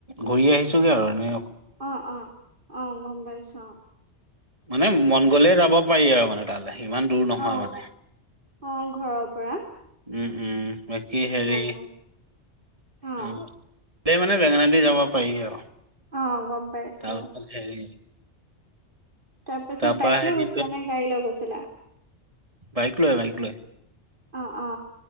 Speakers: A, on the right (about 30°); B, on the right (about 50°).
A: ঘূৰি আহিছোগে আৰু এনে
B: অ', অ', অ', অ গম পাইছোঁ।
A: মানে মন গ'লে যাব পাৰি আৰু মানে তালৈ ইমান দূৰ নহয়
B: অ
A: মানে।
B: অ ঘৰৰ পৰা
A: উম উম বাকি
B: উম,
A: হেৰি
B: গম পাওঁ। অ',
A: উম এ মানে বেঙেনাদি যাব পাৰি আৰু
B: অ গম পাইছোঁ।
A: তাৰপিছত হেৰি
B: তাৰ পাছত
A: পৰা
B: বাইক
A: হেৰি
B: লৈ গৈছিলা নে গাড়ী লৈ গৈছিলা?
A: বাইক লৈ বাইক লৈ।
B: অ', অ।